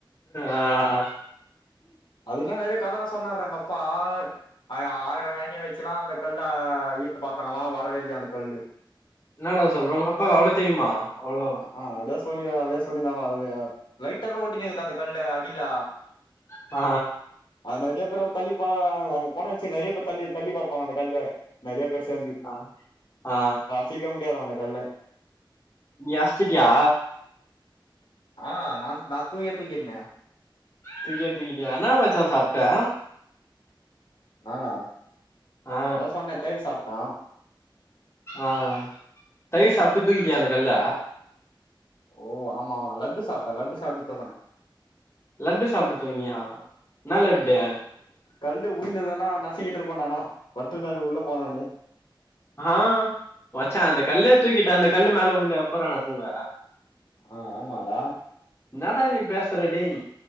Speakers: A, on the left; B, on the left.
A: ஆ
B: அதுல்லா நறைய கதலா சொன்னாரா எங்க அப்பா ஆ ஆயிரோ யானைய வெச்சுலா அந்த கல்ல ஈத்து பாத்தாங்கலா வரவே இல்லையா அந்த கல்லு
A: என்னடா சொல்ற உங்க அப்பாக்கு அவ்ளோ தெரியுமா அவ்ளோ
B: ஆ அப்டிதா சொல்லி அப்டியே சொல்லிருந்தாங்க அதுவே லைட்டாதா ஒட்டின்னுக்குது அந்த கல்ல அடில
A: ஆ
B: அது நறைய பேரு வந்து தள்ளிப்பா அங்க போனோ வெச்சு நறைய பேர் தள்ளி தள்ளி பாப்பாங்க அந்த கல்ல நறைய பேர் சேந்து
A: ஆ ஆ
B: தீக்க முடியாதா அந்த கல்ல
A: நீ அஸ்சிட்டியா
B: ஆ நானு நா துயே தூக்கிட்னே
A: தூக்யே தூக்கிட்டியா என்னா மச்சா சாப்ட்ட
B: நானா
A: ஆ
B: அதா சொன்னே தயிர் சாப்ட்டா
A: ஆ தயிர் சாப்ட்டு தூக்கிட்டியா அந்த கல்ல
B: ஓ ஆமா ஆமா லட்டு சாப்ட்டே லட்டு சாப்ட்டு தூகனே
A: லட்டு சாப்ட்டு தூக்குனியா என்ன லட்டு
B: கழ்ண்டு உழிந்ததுனா நசுக்கிட்டு இருப்பே நாலா பத்துருந்த உள்ள போனோனே
A: ஆ மச்சா அந்த கல்லே தூக்கிட்ட அந்த கல்லு மேல உளுந்தா எப்புறா நாசுங்குவ
B: ஆ ஆமால
A: என்னடா நீ பேசுற டேய்